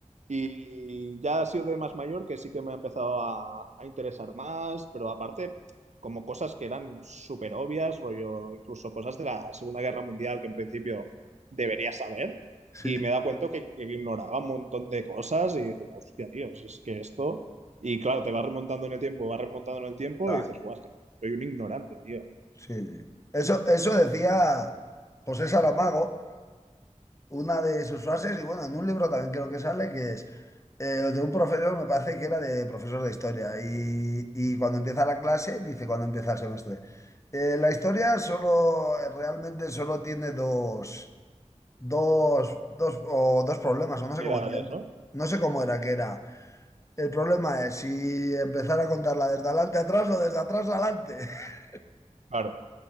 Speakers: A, on the right (about 65°); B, on the left (about 25°).
A: Y ya ha sido de más mayor que sí que me ha empezado a, a interesar más, pero aparte, como cosas que eran súper obvias, rollo, incluso cosas de la Segunda Guerra Mundial que en principio debería saber.
B: sí.
A: Y me he dado cuenta que, que ignoraba un montón de cosas y dices, hostia, tío, si es que esto. Y claro, te vas remontando en el tiempo, vas remontando en el tiempo
B: Ah,
A: y dices, guau, es que soy un ignorante, tío.
B: sí, sí. Eso, eso decía José Saramago, una de sus frases, y bueno, en un libro también creo que sale, que es eh, de un profesor, me parece que era de profesor de historia, y, y cuando empieza la clase, dice cuando empieza el semestre, eh, la historia solo, eh, realmente solo tiene dos, dos, dos, o dos problemas,
A: Utilidades,
B: o no sé cómo decía antes.
A: ¿no?
B: No sé cómo era que era. El problema es si empezar a contarla desde adelante atrás o desde atrás adelante. <laughs>
A: Claro,